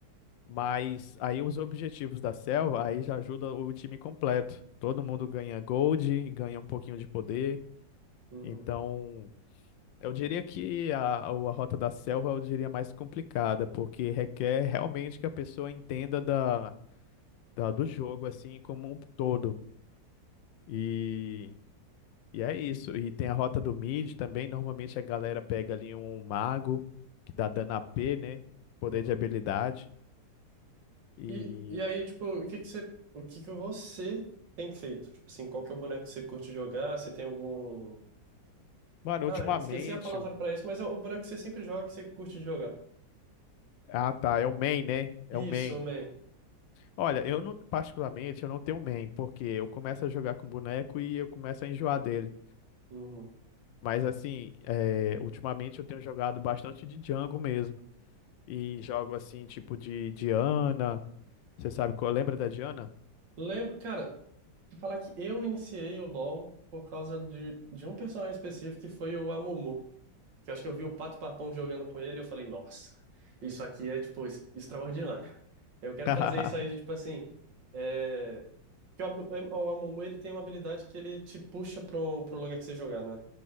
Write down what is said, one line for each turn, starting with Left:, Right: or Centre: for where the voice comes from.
Left: Mas aí os objetivos da selva, aí já ajuda o time completo. Todo mundo ganha gold, ganha um pouquinho de poder.
Right: Uhum,
Left: Então, eu diria que a, o- a rota da selva, eu diria mais complicada, porque requer realmente que a pessoa entenda da, da- do jogo, assim, como um todo. E E é isso. E tem a rota
Right: uhum,
Left: do mid também. Normalmente a galera pega ali um mago que dá dano a p né? Poder
Right: uhum.
Left: de habilidade. E,
Right: E, e aí, tipo, o que que você, o que que você tem feito? Tipo assim, qual que é o boneco que você curte jogar? Se tem algum...
Left: mano,
Right: Ah,
Left: ultimamente.
Right: esqueci a palavra
Left: o-
Right: pra isso, mas é o boneco que você sempre joga, que você curte de jogar.
Left: Ah, tá. É o main, né? É
Right: Isso,
Left: o main.
Right: man.
Left: Olha, eu não, particularmente, eu não tenho main, porque eu começo a jogar com boneco e eu começo a enjoar dele.
Right: Uhum.
Left: Mas assim, é, ultimamente eu tenho jogado bastante de jungle mesmo. E jogo assim, tipo de Diana. Você sabe qual? Lembra da Diana?
Right: Lembra, cara, te falar que eu iniciei o LoL por causa de, de um personagem específico que foi o Amumu. Que eu acho que eu vi o Pato Papão jogando com ele e eu falei, nossa, isso aqui é, tipo, es- extraordinário. Eu quero
Left: <laughs>
Right: fazer isso aí de, tipo assim... É... que O Ab- o Amumu, ele tem uma habilidade que ele te puxa pro, pro lugar que você jogar, não é?